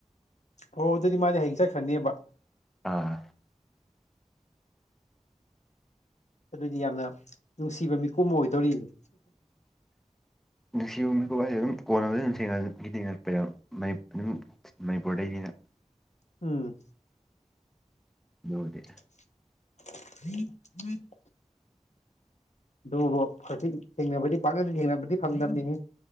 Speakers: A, on the left; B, in the centre.
A: ꯑꯣ ꯑꯗꯨꯗꯤ ꯃꯥꯗꯤ ꯍꯌꯦꯡ ꯆꯠꯈ꯭ꯔꯅꯦꯕ
B: ꯑꯥ
A: ꯑꯗꯨꯗꯤ ꯌꯥꯝꯅ ꯅꯨꯡꯁꯤꯕ ꯃꯤꯀꯨꯞ ꯑꯃ ꯑꯣꯏꯗꯧꯔꯤꯅꯦ
B: ꯅꯨꯡꯁꯤꯕ ꯃꯤꯀꯨꯞ ꯍꯥꯏꯁꯦ ꯑꯗꯨꯝ ꯑꯣꯢꯔꯕꯅꯤꯗ ꯑꯗꯨꯝꯅ ꯃꯤ ꯊꯦꯡꯉꯔꯛꯄꯕꯗ ꯑꯗꯨꯝ ꯃꯅꯤꯄꯨꯔꯗꯩꯅꯤꯅ
A: ꯎꯝ
B: ꯑꯗꯨꯕꯨꯗꯤ
A: ꯎꯝ ꯎꯝ <inaudible> <inaudible> ꯑꯗꯨꯕꯨ ꯍꯧꯖꯤꯛ ꯊꯦꯡꯅꯕꯗꯤ ꯄꯥꯛꯅ ꯊꯦꯡꯅꯕꯗꯤ ꯐꯪꯗꯕꯅꯤꯍꯦ